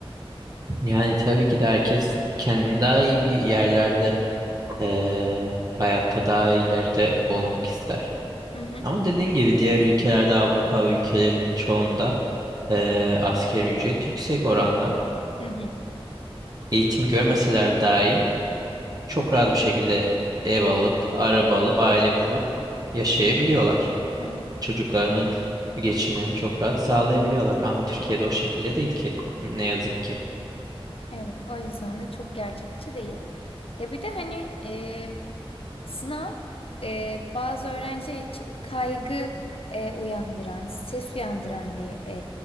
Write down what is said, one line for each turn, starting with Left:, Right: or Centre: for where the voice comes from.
Right: Yani tabii ki de herkes kendini daha iyi bir yerlerde eee, hayatta daha ileride olmak ister.
Left: Hı hı.
Right: Ama dediğin gibi diğer ülkelerde Avrupa ülkelerinin çoğunda eee asgari ücret yüksek oranda.
Left: Hı hı.
Right: Eğitim görmeseler dahi çok rahat bir şekilde ev alıp, araba alıp, aile kurup yaşayabiliyorlar.
Left: Hı hı.
Right: çocuklarını geçimlerini çok rahat sağlayabiliyorlar ama Türkiye'de o şekilde değil ki ne yazık ki.
Left: Evet, o yüzden de çok gerçekçi değil. Ya bir de hani e, sınav e, bazı öğrenci için kaygı e, uyandıran, stres uyandıran bir e,